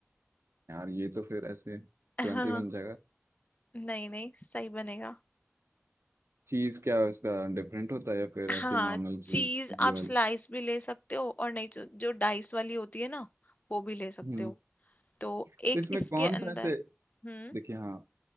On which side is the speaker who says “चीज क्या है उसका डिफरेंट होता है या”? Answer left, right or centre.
Right